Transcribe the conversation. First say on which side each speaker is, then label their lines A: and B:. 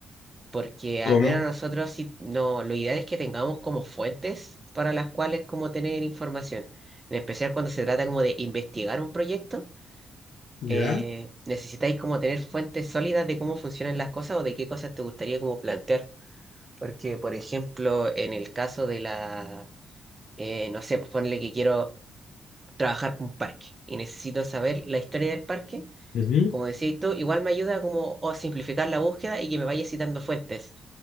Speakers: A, on the right (about 25°); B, on the left (about 85°).
A: porque al
B: ¿Cómo?
A: menos nosotros sí, no, lo ideal es que tengamos como fuentes para las cuales como tener información. En especial cuando se trata como de investigar un proyecto,
B: ¿Ya?
A: eh, necesitáis como tener fuentes sólidas de cómo funcionan las cosas o de qué cosas te gustaría como plantear. Porque, por ejemplo, en el caso de la, eh, no sé, pues ponle que quiero trabajar un parque y necesito saber la historia del parque.
B: Ujú.
A: Como decías tú, igual me ayuda como a simplificar la búsqueda y que me vaya citando fuentes